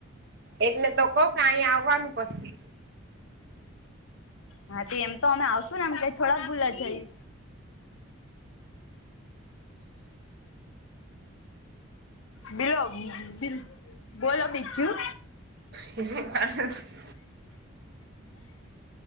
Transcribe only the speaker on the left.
હા તે એમ તો અમે આવશું ને એમ કઈ થોડા ભૂલા જયું
બલો બ બોલો મચું.